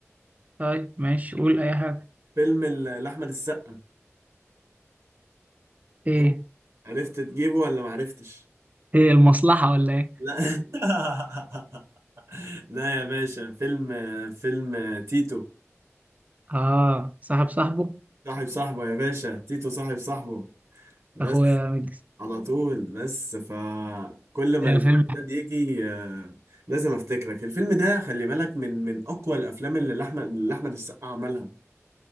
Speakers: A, on the right; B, on the right.
A: طيب ماشي قول أي حاجة
B: فيلم ال- لاحمد السقا
A: إيه
B: ها؟ عرفت تجيبه ولا ما عرفتش
A: إيه المصلحة ولا إيه
B: لا <laughs> لا يا باشا فيلم فيلم تيتو
A: آه صاحب صاحبه
B: صاحب صاحبه يا باشا تيتو صاحب صاحبه بس
A: أخويا مجلس
B: على طول بس فكل ما
A: آه
B: الفيلم
A: فيلم
B: ده بيجي آه، لازم افتكرك الفيلم ده خلي بالك من من اقوى الافلام اللي احمد اللي احمد السقا عملها